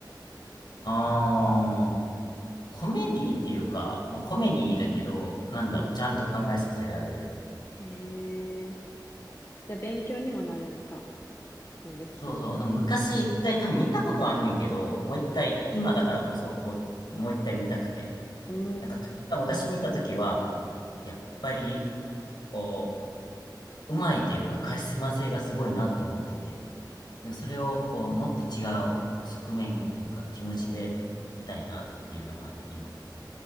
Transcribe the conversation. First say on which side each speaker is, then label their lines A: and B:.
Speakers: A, on the left (about 65°); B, on the left (about 40°).
A: あー、コメディっていうか、まあ、コメディだけど、なんだろう、
B: うん。
A: ちゃんと考えさせられる。
B: えー、じゃあ勉強にもなるんか。その歴史の。
A: そうそう、なんか昔一回多分見たことあんねんけど、もう一回、
B: うん。
A: 今だからこそ、こう、もう一回見たくて。
B: うん。
A: なんか確か昔見たときは、やっぱり、こう、うまいというかカリスマ性がすごいなと思ってて、でもそれをこう、もっと違う側面というか気持ちで見たいなっていうのがある、今。